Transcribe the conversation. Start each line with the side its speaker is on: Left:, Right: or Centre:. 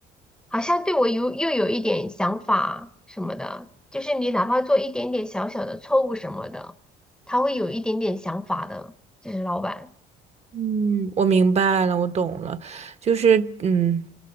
Centre: 好像对我有又有一点想法什么的，就是你哪怕做一点点小小的错误什么的，他会有一点点想法的，就是老板。
Right: 嗯，我明白了，我懂了，就是嗯，